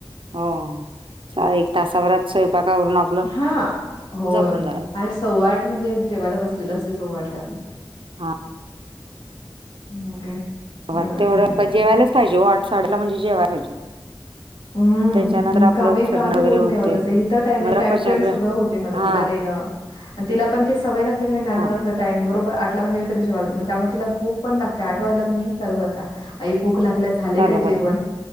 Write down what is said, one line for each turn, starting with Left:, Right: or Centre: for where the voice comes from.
Right: हम्म. चा एक तासाभरात स्वयंपाक अवरून आपलं
Left: हां. होय.
Right: झोपून जाया
Left: सव्वा म्हणजे जेवायला बलेललं असतय सव्वा आठला म्हंजे
Right: हा.
Left: मग काय
Right: वाटतंय
Left: निवांत
Right: येवढं
Left: होते मग.
Right: पण जेवायलाच पाहिजे ओ आठ साडे आठला म्हणजे जेवायला पाहिजे.
Left: हम्म
Right: त्याच्यानंतर आपलं
Left: गावी
Right: फिरणं
Left: गावी
Right: वगैरे
Left: होत
Right: होते
Left: नाय ओ तस इथं टायमिंग
Right: मला
Left: टाइम
Right: पचनक्रिया
Left: टू टाईम सगळं होतय मला
Right: हा
Left: तिला देणं. आणि तिला पण ते सवय लागले क नाय लहानपणा
Right: हा
Left: पसन टाईम बरोबरटला आठ ला म्हणजे तिला मी जेवायला देतो म त्या मुळं तिला भूक पण लागतीया आठ वाजल्या की नाय चालू करतिया आई भूक लागलीया झालंय
Right: चालू
Left: काय
Right: करते
Left: जेवण